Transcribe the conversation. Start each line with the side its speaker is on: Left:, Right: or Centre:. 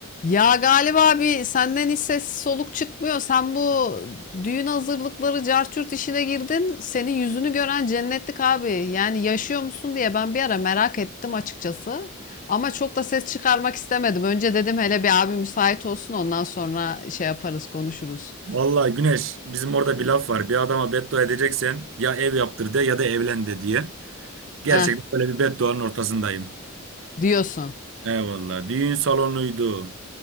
Left: Ya galiba abi senden hiç ses soluk çıkmıyor. Sen bu düğün hazırlıkları carçurt işine girdin. Senin yüzünü gören cennetlik abi. Yani yaşıyor musun diye ben bir ara merak ettim açıkçası. Ama çok da ses çıkarmak istemedim. Önce dedim hele bir abi müsait olsun ondan sonra şey yaparız konuşuruz.
Right: Vallahi Güneş bizim orada bir laf var. Bir adama beddua edeceksen ya ev yaptır de ya da evlen de diye. Gerçekten
Left: Eh
Right: böyle bir bedduanın ortasındayım.
Left: diyorsun.
Right: Eyvallah. Düğün salonuydu.